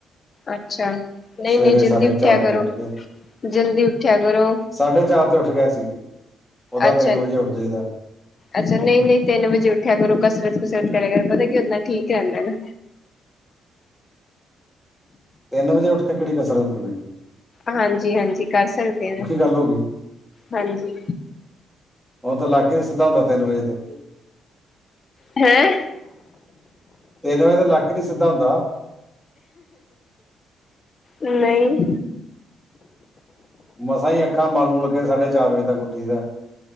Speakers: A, on the left; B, in the centre.
A: ਅੱਛਾ, ਨਹੀਂ-ਨਹੀਂ
B: ਸਵੇਰੇ
A: ਜਲਦੀ
B: ਸਾਢੇ ਕੁ
A: ਉੱਠਿਆ
B: ਚਾਰ
A: ਕਰੋ,
B: ਵਜੇ ਉੱਠ ਗਏ,
A: ਜਲਦੀ ਉੱਠਿਆ ਕਰੋ।
B: ਸਾਢੇ ਚਾਰ ਉੱਠ ਗਿਆ ਸੀ। ਉਹਦਾ
A: ਅੱਛਾ
B: ਤਿੰਨ ਵਜੇ ਉੱਠ ਜਾਈਦਾ।
A: ਅੱਛਾ ਨਹੀਂ ਨਹੀਂ ਤਿੰਨ ਵਜੇ ਉੱਠਿਆ ਕਰੋ। ਕਸਰਤ ਕਸਰਤ ਕਰੇ ਕਰ ਪਤਾ ਦਨਾ ਠੀਕ ਰਹਿੰਦਾ ਨਾ
B: ਤਿੰਨ ਵਜੇ ਉਠ ਕੇ ਕਿਹੜ ਕਸਰਤ ਤੁ
A: ਹਾਂਜੀ ਹਾਂਜੀ! ਕਰ ਸਕਦੇ ਹ ਨਾ
B: ਗੱਲ ਹੋ ਗਈ
A: ਹਾਂਜੀ।
B: ਹੁਣ ਤ ਲਾਕੇ ਨੀ ਸਿੱਧਾ ਹੁੰਦਾ ਤਿੰਨ ਵਜੇ ਤੇ।
A: ਹੈਂ!
B: ਤੇਨ ਵਜੇ ਦਾ ਲੱਕ ਹੀ ਨੀ ਸਿੱਧਾ ਹੁੰਦਾ।
A: ਨਹੀਂ।
B: ਮਸਾਂ ਹੀ ਅੱਖਾਂ ਮਲ ਮੁਲ ਕੇ ਸਾਢੇ ਚਾਰ ਵਜੇ ਤੱਕ ਉੱਠੀ ਦਾਏ।